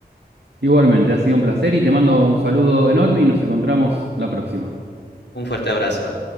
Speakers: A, on the right; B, on the left.
A: Igualmente, ha sido un placer y te mando un saludo enorme y nos encontramos la próxima.
B: Un fuerte abrazo.